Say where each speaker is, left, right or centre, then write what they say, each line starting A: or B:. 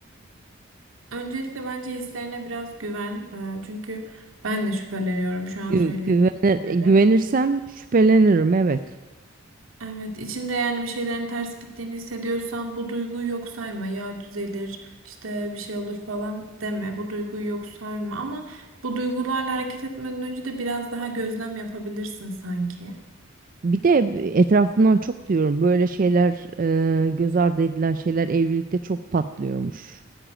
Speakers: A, on the right; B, on the right.
A: öncelikle bence hislerine biraz güven. E, çünkü ben de şüpheleniyorum şu an
B: Gü-
A: söyledikleri.
B: güvene- güvenirsem şüphelenirim evet.
A: Evet, içinde yani bir şeylerin ters gittiğini hissediyorsan bu duyguyu yok sayma. Ya düzelir, işte bir şey olur falan deme. Bu duyguyu yok sayma ama bu duygularla hareket etmeden önce de biraz daha gözlem yapabilirsin sanki.
B: Bir de etrafımdan çok diyorum böyle şeyler e, göz ardı edilen şeyler evlilikte çok patlıyormuş.